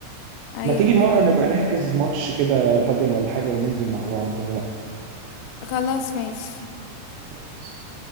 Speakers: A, on the left; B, on the right.
A: ايوه
B: ما تيجي مرة
A: فعلا
B: نبقى نحجز ماتش كده بادل ولا حاجة وننزل مع بعض
A: خلاص ماشي
B: نلعب